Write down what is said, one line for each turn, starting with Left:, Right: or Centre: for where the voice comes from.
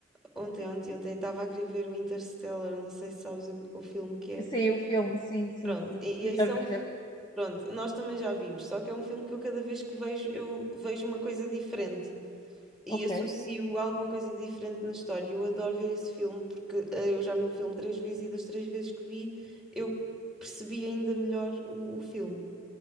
Centre: Ontem, ontem, ontem, estava a querer ver o Interstellar, não sei se sabes o, o filme que é.
Left: Sim, o filme, sim, sim,
Centre: Pronto,
Left: sim.
Centre: e
Left: Eu
Centre: aí
Left: já
Centre: são.
Left: vi, já vi.
Centre: Pronto, nós também já vimos, só que é um filme que eu cada vez que vejo, eu vejo uma coisa diferente. e
Left: Ok,
Centre: associo a alguma coisa diferente na história. Eu adoro ver esse filme porque eh, eu já vi o filme três vezes e das três vezes que vi eu percebi ainda melhor o, o filme.